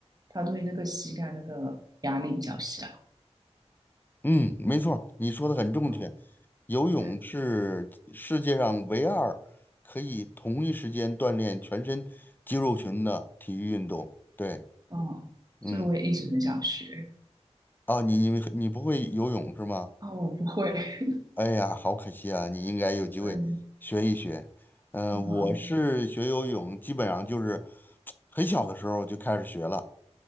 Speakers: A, on the right; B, on the left.
A: 它对那个膝盖那个压力比较小。
B: 嗯，没错儿你说的很正确。
A: 啊、
B: 游泳是世界上唯二可以同一时间锻炼全身肌肉群的体育运动。
A: 对，
B: 对，
A: 嗯，
B: 嗯，
A: 所以我也一直很想学。
B: 啊，你你你不会游泳是吗？
A: 啊、我不会。<laughs>
B: 哎呀，好可惜啊！你应该有机会学一学。
A: 对，
B: 嗯、
A: 嗯。
B: 我是学游泳，基本上就是很小的时候就开始学了，